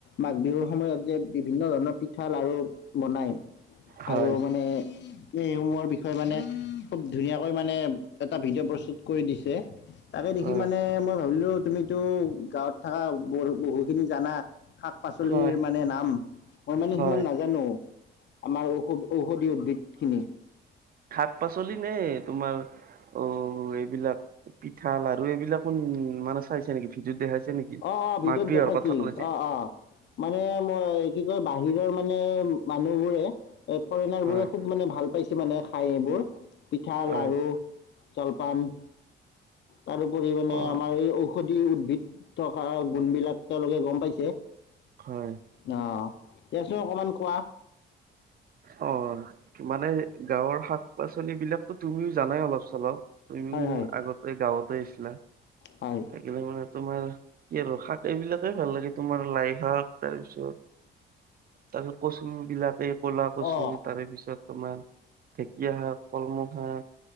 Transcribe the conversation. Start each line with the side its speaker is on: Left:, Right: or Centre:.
Left: মাঘ বিহুৰ সময়ত যে বিভিন্ন ধৰণৰ পিঠা, লাডু বনায়
Right: হয়
Left: আৰু মানে আমি এইসমূহৰ বিষয়ে মানে, খুব ধুনীয়াকৈ মানে এটা ভিডিঅ' প্ৰস্তুত কৰি দিছে। তাকে দেখি
Right: হয়
Left: মানে মই ভাবিলোঁ তুমিতো গাঁৱত থকা বহু--বহুখিনি জানা। শাক-পাচলিৰ
Right: হয়
Left: মানে নাম। মই মানে
Right: হয়।
Left: সিমান নাজানোঁ। আমাৰ ঔষধ, ঔষধিৰ উদ্ভিদ খিনি।
Right: শাক-পাচলি নে তোমাৰ অ' এইবিলাক পিঠা, লাৰু এইবিলাকো উম, মানে চাইছে নেকি? ভিডিঅ'ত দেখাইছে নেকি?
Left: অঁ, অঁ ভিডিঅ'ত
Right: মাঘ বিহুৰ
Left: দেখাইছিল।
Right: কথা ক'লে যে
Left: অঁ, অঁ। মানে মই কি কয়? বাহিৰৰ মানে মানুহবোৰে এ ফৰেনাৰ
Right: হয়
Left: বোৰে খুব মানে ভাল পাইছে মানে খাই এইবোৰ পিঠা,
Right: হয়
Left: লাডু জলপান তাৰোপৰি মানে,
Right: অ
Left: আমাৰ এই ঔষধি উদ্ভিদ থকা গুণবিলাক তেওঁলোকে গম পাইছে।
Right: হয়।
Left: অঁ, দিয়াচোন অকণমান কোৱা?
Right: অ', মানে গাঁৱৰ শাক-পাচলি বিলাকটো তুমিও জানাই অলপ-চলপ। তুমিও
Left: হয় হয়
Right: আগ তে গাঁৱতে আছিলা।
Left: হয়।
Right: থাকিলে মানে তোমাৰ, এই ৰসাতে এইবিলাকে ভাল লাগে। তোমাৰ লাই শাক তাৰপিছত, তাৰপিছত কচু বিলাতী, ক'লা কচু
Left: অঁ
Right: তাৰেপিছত তোমাৰ ঢেকীয়া শাক, কলমৌ শাক,